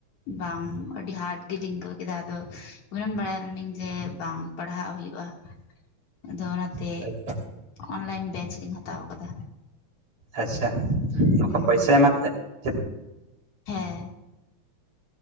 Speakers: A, on the left (about 70°); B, on the right (about 50°).
A: ᱵᱟᱝ ᱟᱹᱰᱤ ᱦᱟᱨᱰ ᱜᱮᱞᱤᱧ ᱟᱹᱭᱠᱟᱹᱣ ᱠᱮᱫᱟ ᱟᱫᱚ ᱩᱱᱟᱹᱱ ᱵᱟᱲᱟᱭ ᱞᱤᱱᱟᱹᱧ ᱡᱮ ᱵᱟᱝ ᱯᱟᱲᱦᱟᱜ ᱦᱩᱭᱩᱜᱼᱟ ᱟᱫᱚ ᱚᱱᱟᱛᱮ
B: ᱞᱮᱫᱼᱟ?
A: ᱚᱱᱞᱟᱭᱤᱱ ᱵᱮᱪ ᱞᱤᱧ ᱦᱟᱛᱟᱣ ᱟᱠᱟᱫᱟ
B: ᱟᱪᱪᱷᱟ
A: ᱦᱩᱸ
B: ᱯᱚᱭᱥᱟᱭ ᱮᱢᱟᱛᱮ <inaudible>
A: ᱦᱮᱸ